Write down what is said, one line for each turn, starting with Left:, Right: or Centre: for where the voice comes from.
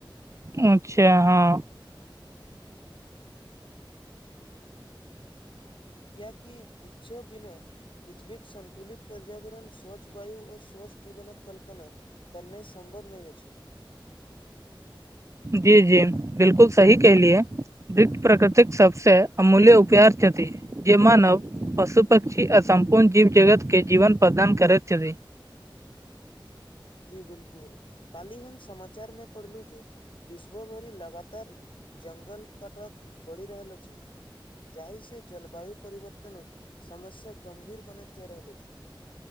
Right: अच्छा ह
Left: कियाकि बिछ बिना पृथ्वीक सन्तुलित पर्यावरण स्वच्छ वायु ओ स्वच्छ जीवनकऽ कल्पना बनाइ सम्भव नहि अछि
Right: जी जी बिल्कूल सही कहलियएै। ब्रिक प्रकृतिक सभसँ अमूल्य उपहारार छथि। जे मानव पशु पक्षी आ सम्पूर्ण जीव जगत के जीवन प्रदान करैत छथिन
Left: जी बिल्कूल कालहि हम समाचारमे पढ़लहु जे विश्व भरि लगातार। जंगल काटवक बढ़ि रहल अछि। जाहिसँ जलवायु परिवर्तनकऽ समस्या गम्भीर बनैत जा रहल अछि